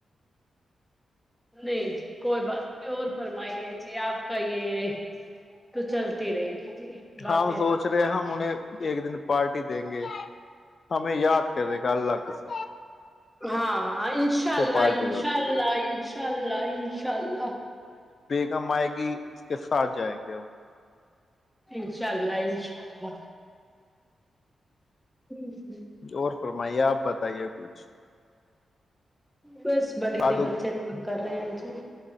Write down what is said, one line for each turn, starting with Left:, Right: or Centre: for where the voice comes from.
Centre: نہیں جی کوئی بات <inaudible> کوئی اور فرمائی ہے جی آپ <inaudible> کاے تو چلتی رہے گی <inaudible> باتیں
Left: ہاں سوچ
Centre: تو
Left: رہے ہیں ہم انہیں ایک دن پارٹی دیں گے ہمیں یاد کرے کل لپس <inaudible>
Centre: ہاں ہاں انشاء اللہ
Left: پارٹی
Centre: انشاء
Left: ہوتی
Centre: اللہ
Left: ہے
Centre: انشاء اللہ انشاء اللہ
Left: کم آئے گی اس کے ساتھ جائے گا وہ <inaudible>
Centre: انشاء اللہ ان شاءلہ ہوں <inaudible>
Left: اور فرمائیے آپ بتائیے کچھ
Centre: بس بڑے
Left: آلو
Centre: ہی بچے کا کر رہے ہیں جی